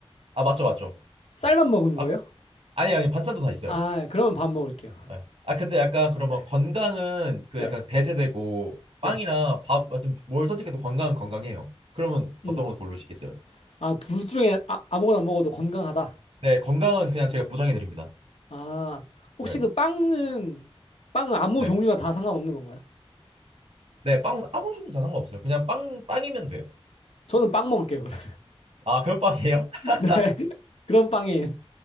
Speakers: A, on the right (about 70°); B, on the left (about 85°).
A: 아, 맞죠, 맞죠.
B: 쌀만 먹은
A: 아,
B: 거예요?
A: 아니, 아니, 반찬도 다 있어요.
B: 아, 그러면 밥 먹을게요.
A: 네. 아 근데 약간 그러면
B: 네,
A: 건강은 그
B: 네,
A: 약간 배제되고
B: 네.
A: 빵이나 밥 같은 뭘 선택해도 건강은 건강해요. 그러면
B: 음.
A: 어떤 걸 고르시겠어요?
B: 아, 둘 중에 아, 아무거나 먹어도 건강하다.
A: 네, 건강은 그냥 제가 보장해 드립니다.
B: 아, 혹시
A: 네,
B: 그 빵은, 빵은 아무
A: 네,
B: 종류나 다 상관없는 건가요?
A: 네, 빵은 아무 종류 다 상관없어요. 그냥 빵 빵이면 돼요.
B: 저는 빵 먹을게요, 그럼.
A: 아 그럼 빵이에요? <laughs>
B: <laughs> 네. 그런 빵이에요.